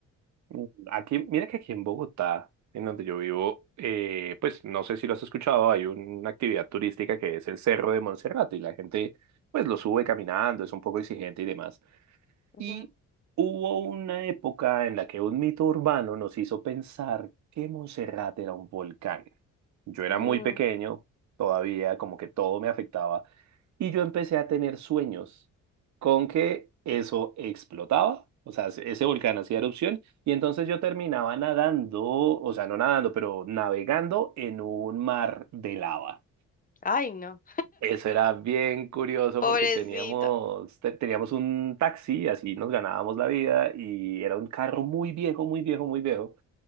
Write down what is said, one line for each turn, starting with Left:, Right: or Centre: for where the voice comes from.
Right: Mm, Aquí, mira que aquí en Bogotá, en donde yo vivo, eh, pues no sé si lo has escuchado, hay una actividad turística que es el Cerro de Monserrate y la gente pues lo sube caminando, es un poco exigente y demás.
Left: Ujú.
Right: Y hubo una época en la que un mito urbano nos hizo pensar que Monserrate era un volcán. Yo era
Left: Mm.
Right: muy pequeño, todavía como que todo me afectaba, y yo empecé a tener sueños con que eso explotaba, o sea, ese ese volcán hacía erupción, y entonces yo terminaba nadando, o sea, no nadando, pero navegando en un mar de lava.
Left: Ay, no.
Right: Eso era bien curioso
Left: Pobrecito.
Right: porque teníamos, te- teníamos un taxi, así nos ganábamos la vida y era un carro muy viejo, muy viejo, muy viejo.